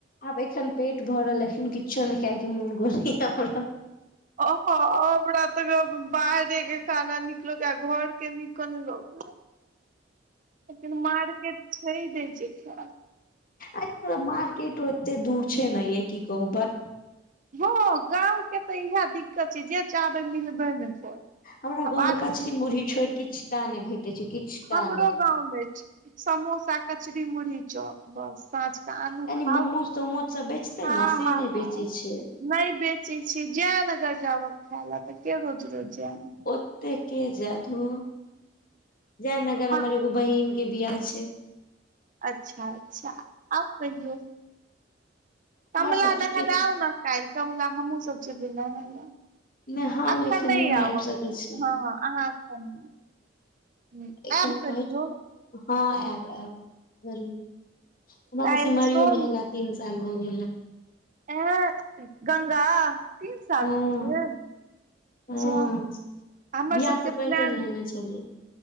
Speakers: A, on the left; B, on the right.
A: आब एखन पेट भरल अइ एखन किछो नय खाइके मोन करैया हमरा।
B: ओहो हमरा त रोज बाहरेके खाना नीक लोगैया घरके नीको नय लगैया। लेकिन मार्केट छैय नय जे खैब।
A: एतऽ मारकेटो एते दूर छैय ने यै की कहू भट
B: हँ गाँंवके त इहे दिक्कत छैय जे चाहवइ मिलबे ने करत।
A: हमरा
B: आब
A: गाँवमे
B: आब
A: कचरी मुुरही छोइड़ किछ टा नय भेटैत छै किछ टा
B: हमरो
A: नहि
B: गाँंवमे समोसा, कचरी, मुुरही, चौप बस साँझ त आनु
A: कनि
B: खाउ
A: मोमोज तोमोज सब बेचते
B: हँ-
A: ने से
B: हँ-हँ।
A: नहि बेचै छै
B: नय बेचै छैय जयनगर जाउ आब खाय लै त के रोज- रोज जै
A: ओते के जैत ओ, जयनगर हमर
B: आ
A: एगो बहिनके बिआाह छैय।
B: अच्छा-अच्छा आउ कहियौ। कमला
A: और सब ठीके
B: नहाय ल आउने
A: छै
B: काइल कमला हमहूँसभ जेबय नहाय ल।
A: नहि हम
B: अखन
A: एखन
B: नहि
A: ने
B: आउ
A: आबि
B: अखन,
A: सकै छी
B: हँ अहाँ अखन ह
A: एखन
B: एब कहियौ।
A: रहै छी हँ आयब आयब जरूर हमरा
B: काल्हि
A: तऽ सिमरियो
B: सोम।
A: नहेला तीन साल भऽ गेल हैं।
B: एं गंगा तीन साल
A: हँ
B: भऽ गेल
A: हँ
B: जा। हमर
A: बियाह
B: सबके
A: से
B: प्लान
A: पहिले नहेने छलियै।